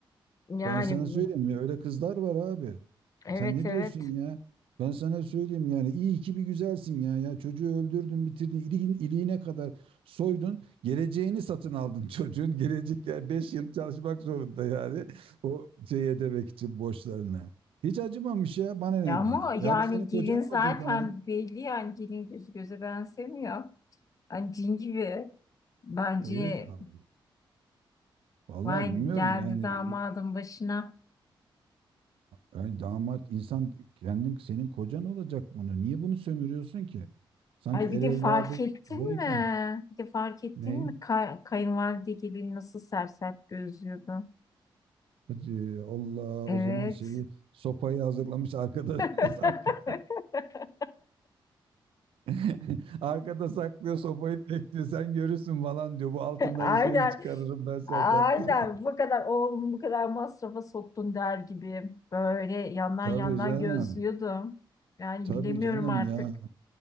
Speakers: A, on the left (about 40°); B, on the right (about 90°).
A: Yani
B: Ben sana söyleyeyim ya öyle kızlar var abi.
A: evet
B: Sen ne
A: evet.
B: diyorsun ya? Ben sana söyleyeyim yani iyi ki bir güzelsin ya. Ya çocuğu öldürdün, bitirdin, iliğin, iliğine kadar soydun. Geleceğini satın aldın <laughs> çocuğun. Gelecek ya 5 yıl çalışmak zorunda yani. O şey ödemek için borçlarını. Hiç acımamış ya
A: <laughs>
B: bana ne
A: Ama
B: diyor. Ya
A: yani
B: bu senin
A: gelin
B: kocan
A: zaten
B: olacak ama.
A: belli yani gelin gözü göze benzemiyor. Yani cin gibi. Bence
B: Evet abi. Vallahi
A: vay
B: bilmiyorum
A: geldi
B: yani
A: damadın başına.
B: Ay damat insan kendin senin kocan olacak bunu. Niye bunu sömürüyorsun ki? Sanki
A: Ay
B: el
A: bir de
B: evladı
A: fark ettin
B: zevki.
A: mi? Bir de fark ettin
B: Neyi?
A: mi? Ka kayınvalide gelin nasıl sersert gözlüyordu.
B: Hadi Allah
A: Evet.
B: o zaman şeyi sopayı hazırlamış arkada
A: <laughs>
B: <laughs> saklı. <laughs> Arkada saklıyor sopayı bekliyor. Sen görürsün falan diyor. Bu altınların
A: Aynen.
B: şeyini çıkarırım ben zaten
A: Aynen
B: <laughs>
A: bu kadar oğlumu bu kadar masrafa soktun der gibi böyle yandan
B: Tabii
A: yandan
B: canım.
A: gözlüyordum. Yani
B: Tabii
A: bilemiyorum
B: canım
A: artık.
B: ya.